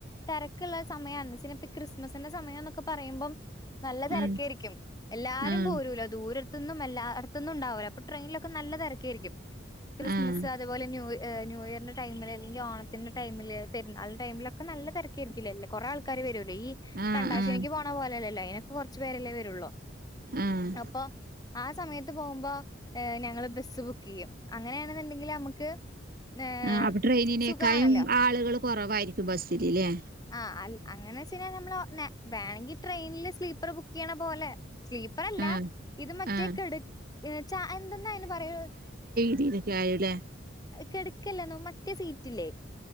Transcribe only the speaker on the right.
ആഹ്
ആഹ്
ആഹ്
ആഹ്
ആഹ്
ആഹ് ആഹ്
ആ അപ്പൊ ട്രെയിനിനേക്കായും
ആളുകൾ കുറവായിരിക്കും ബസ്സിൽലെ
ആഹ്
ആഹ്
<unintelligible> ആയല്ലേ